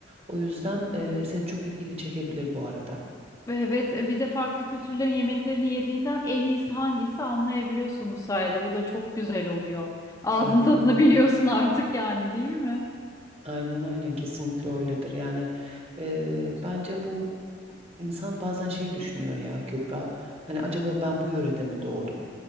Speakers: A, on the right (about 30°); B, on the left (about 15°).
A: O yüzden e, senin çok ilgini çekebilir bu arada.
B: Evet e, bir de farklı kültürlerin yemeklerini yediğinden en iyisi hangisi anlayabiliyorsun bu sayede bu da çok güzel oluyor. Ağzın
A: Aynen
B: tadını
A: aynen.
B: <laughs> biliyorsun artık yani değil mi?
A: Aynen aynen kesinlikle öyledir. Yani e, bence bu İnsan bazen şey düşünüyor ya Kübra. Hani acaba ben bu yörede mi doğdum?